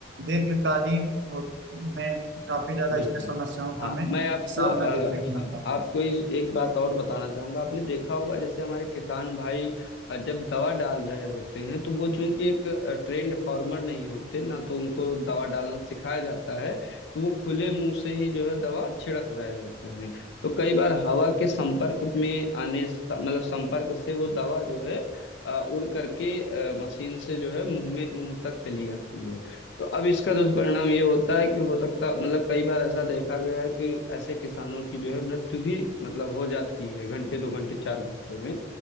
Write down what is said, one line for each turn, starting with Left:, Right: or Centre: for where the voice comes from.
Right: दीर्घकालीन हो- में काफी ज्यादा
Left: बिल्कुल
Right: इसमें समस्याओं का
Left: हाँ
Right: हमें
Left: मैं आपको
Right: सामना
Left: आ,
Right: देखने को
Left: हाँ
Right: मिलता है
Left: आपको इस एक बात और बताना चाहूंगा आपने देखा होगा जैसे हमारे किसान भाई अ, जब दवा डाल रहे होते हैं तो वो चूंकि एक ट्रेंड फार्मर नहीं होते ना तो उनको दवा डालना सिखाया जाता है तो वो खुले मुंह से ही जो है दवा छिड़क रहे होते हैं तो कई बार हवा के संपर्क में आने स- मतलब संपर्क से वो दवा जो है अ, उड़ करके अ, मशीन से जो है मुंह में मुंह तक चली आती है तो अब इसका दुष्परिणाम ये होता है कि हो सकता मतलब कई बार ऐसा देखा गया है कि ऐसे किसानों की जो है मृत्यु भी मतलब हो जाती है घंटे दो घंटे चार घंटे में